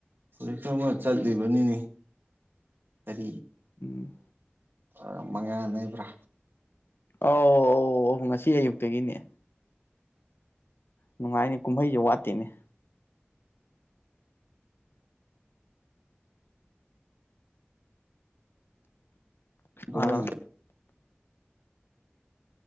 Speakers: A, on the right; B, on the left.
A: ꯍꯧꯖꯤꯛꯁꯨ ꯑꯃꯥ ꯆꯠꯂꯤꯕꯅꯤꯅꯦ ꯑꯩ
B: ꯎꯝ
A: ꯑꯥ ꯃꯉꯥ ꯂꯩꯕ꯭ꯔꯥ
B: ꯑꯧ ꯑꯧ ꯑꯩ ꯉꯁꯤ ꯑꯌꯨꯛꯇꯒꯤꯅꯦ ꯅꯨꯡꯉꯥꯏꯅ‌ꯦ ꯀꯨꯝꯍꯩꯖ‌ꯦ ꯋꯥꯠꯇꯦꯅꯦ
A: ꯨꯀꯨꯃꯩ
B: ꯍꯜꯂꯣ